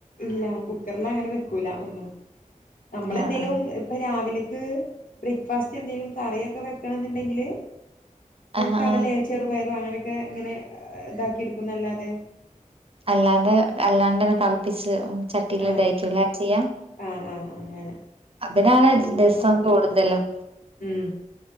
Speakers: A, on the left; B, on the right.
A: ഇല്ല കുക്കർലങ്ങനെ വെക്കൂല ഒന്നും നമ്മളെന്തേലും
B: ആഹ് ആഹ്
A: ഇ പ്പൊ രാവിലക്ക് ബ്രേക്ക്ഫാസ്റ്റ് എന്തെങ്കിലും കറൊക്കെ വെക്കണം ന്നുണ്ടെങ്കില്
B: ആഹ്
A: കടല
B: ആഹ്
A: ചെറുപയറു അങ്ങനെക്കെ ഇങ്ങനെ ഇതാക്കിട്ക്കുന്നല്ലാതെ
B: അല്ലാതെ അല്ലാണ്ട്ന്നെ തിളപ്പിച്ച് ചട്ടിൽ
A: ആഹ്
B: ഇടഴക്കല ചെയ്യാ
A: ആഹ് ആഹ് അങ്ങനെ
B: അതിനാണ്
A: അല്ലാതെ
B: ദിവസം കൂടുതലും
A: ഉം